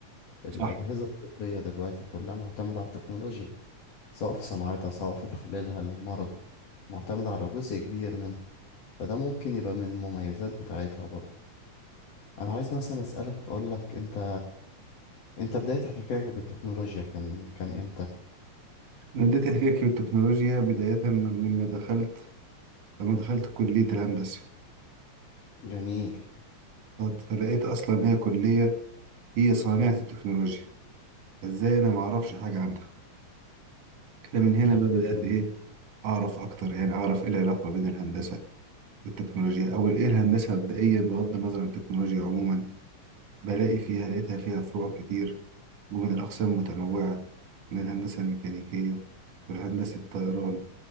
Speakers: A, on the left (about 55°); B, on the right (about 85°).
A: الأجهزة
B: صح
A: الطبية دلوقتي كلها معتمدة على التكنولوجيا سواء في صناعتها سواء في تحليلها للمرض معتمدة على جزء كبير منها فده ممكن يبقى من المميزات بتاعتها برضه انا عايز مثلا اسالك اقول لك انت انت بدايه احتكاكك بالتكنولوجيا كان كان امتى
B: انا بديت احكي في التكنولوجيا بدايه من- مما دخلت لما دخلت كليه الهندسه
A: جميل
B: فلقيت اصلا هي كليه هي صانعه التكنولوجيا ازاي انا ما اعرفش حاجه عنها كده من هنا
A: كلام
B: بقى بدات
A: جميل
B: ايه اعرف اكتر يعني اعرف ايه العلاقه بين الهندسه والتكنولوجيا او ايه الهندسه مبدئيا بغض النظر عن التكنولوجيا عموما بلاقي فيها لقيتها فيها فروع كتير ومن الاقسام متنوعه من الهندسه الميكانيكيه والهندسه الطيران